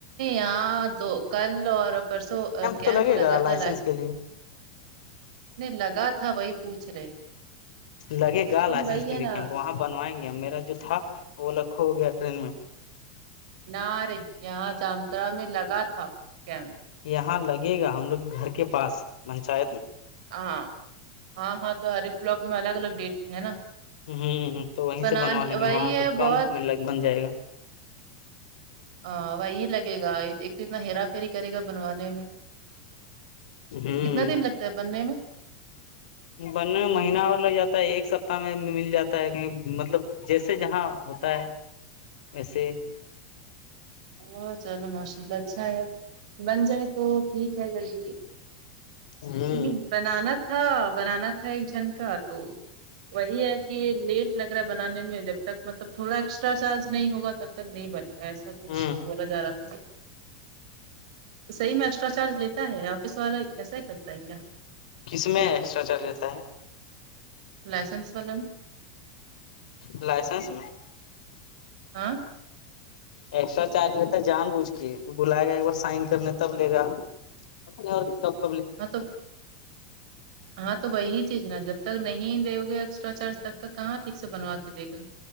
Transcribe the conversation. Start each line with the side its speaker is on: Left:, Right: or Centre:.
Right: یہاں تو کل اور پرسوں کیمپ
Left: تو لگے
Right: لگا
Left: گا لائسنس
Right: تھا
Left: کے لیے
Right: نہیں لگا تھا وہی پوچھ رہے
Left: لگے گا
Right: لیکن
Left: لائسنس
Right: وہی
Left: کے
Right: ہے
Left: لیے
Right: نا
Left: کیمپ وہاں بنوائیں گے میرا جو تھا وہ لکھو گیا ٹرین میں
Right: نہ ارے یہاں جامتڑا میں لگا تھا کیم
Left: یہاں لگے گا ہم لوگ کے گھر کے پاس پنچایت میں
Right: ہاں ہاں ہاں تو ہر ایک بلاک میں الگ الگ ڈیٹ میں ہے نا
Left: ہوں تو وہیں
Right: بنانے
Left: سے بنوا لیں گے
Right: وہی
Left: وہاں
Right: ہے
Left: تو کم
Right: بہت
Left: بن جائے گا
Right: ہاں وہ یہ لگے گا ایک تو اتنا ہرا پھیری کرے گا بنوانے میں
Left: ہوں
Right: کتنا دن لگتا ہے بننے میں
Left: بننے میں مہینہ ہو لگ جاتا ہے ایک سپتہ میں مل جاتا ہے کہیں مطلب جیسے جہاں ہوتا ہے ویسے
Right: وہ چلو ماشاء اللہ اچھا ہے بن جائے تو ٹھیک ہے جلدی
Left: ہ
Right: کیہ بنانا تھا بنانا تھا ایک جھن کا تو وہی ہے کہ یہ لیٹ لگ رہا ہے بنانے میں جب تک مطلب تھوڑا ایکسٹرا چارج نہیں ہوگا تب تک نہیں بنے گا ایسا کچھ
Left: ہ
Right: بولا جا رہا تھا صحیح میں ایکسٹرا چارج لیتا ہے آفس والا کیسا ہی کرتا ہے کیا
Left: کس میں ایکسٹرا چارج لیتا ہے
Right: لائسنس والا نے
Left: لائسنس میں
Right: ہاں
Left: ایکسٹرا چارج لیتا جان بوجھ کے بلائے گا ایک بار سائن کرنے تب لے گا <inaudible>
Right: ہاں تو ہاں تو وہی چیز نا جب تک نہیں دے ایکسٹرا چارج تب تک کہاں ٹھیک سے بنو کے دی گا